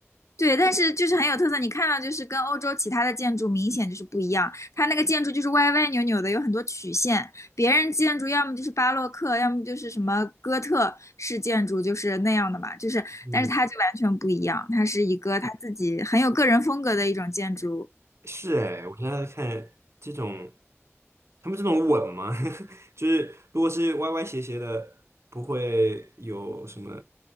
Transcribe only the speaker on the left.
对，但是就是很有特色，你看到就是跟欧洲其他的建筑明显就是不一样，它那个建筑就是歪歪扭扭的，有很多曲线。别人建筑要么就是巴洛克，要么就是什么哥特式建筑，就是那样的嘛，就是，
但是它就完全不一样，它是一个它自己很有个人风格的一种建筑。